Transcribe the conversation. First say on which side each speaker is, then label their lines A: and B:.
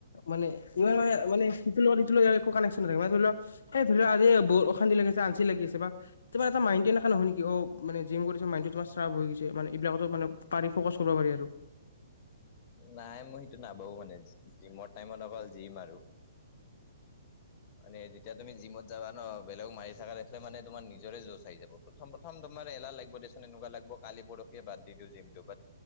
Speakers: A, on the left; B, on the left.
A: মানে ইমান, মানে মানে ইটোত লগত ইটো লগে একু কানেক্যন <unintelligible> এই ধৰি ল আজি বহুত অশান্তি লাগিআছে আলচি লাগিআছে বা তোমাৰ এটা মাইন্টটি এনেকা নহয় নেকি অ', মানে জিম কৰিছ মাইনন্টো তোমাৰ চাৰ্চফ হৈ গৈছে মানে এইবিলাকতো মানে পাৰি ফ'কাচ কৰিব পাৰি আৰু।
B: নাই মই এইটো নাভাবোঁ মানে জিমৰ টাইমত অকল জিম আৰু। <inaudible> এতিয়া তুমি যাবা ন, বেলেগক মাৰি থাক দেখিলে মানে তোমাৰ নিজৰে জোছ আহি যাব প্ৰথম প্ৰথম তোমাৰ এলাহ লাগিব দেচু। এনেকুৱা লাগব কালি পৰহিয়ে বাদ দি দিওঁ জিমটো বাত